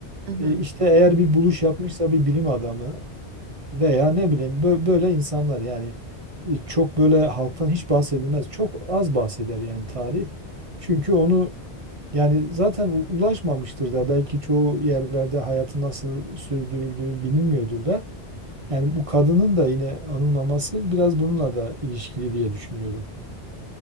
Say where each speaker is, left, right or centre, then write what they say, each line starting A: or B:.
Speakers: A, on the right; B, on the right.
A: Hı hı.
B: E, işte eğer
A: Hı
B: bir
A: hı.
B: buluş yapmışsa bir bilim adamı veya ne bileyim bö- böyle insanlar yani e, çok böyle halktan hiç bahsedilmez. Çok az bahseder yani tarih. Çünkü onu yani zaten u- ulaşmamıştır da belki çoğu yerlerde hayatı nasıl sürdürüldüğü bilinmiyordur da. Yani bu kadının da yine anılmaması biraz bununla da ilişkili diye düşünüyorum.